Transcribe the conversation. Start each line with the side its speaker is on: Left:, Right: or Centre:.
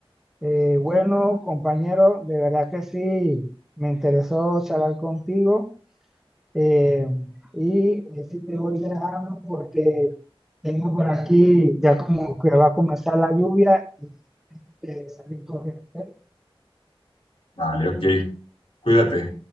Centre: Eh, bueno, compañero, de verdad que sí, me interesó charlar contigo eh, y eh, sí te voy dejando porque tengo por aquí ya como que va a comenzar la lluvia y tengo que salir corriendo. ¿ok?
Left: Vale, ok. Cuídate.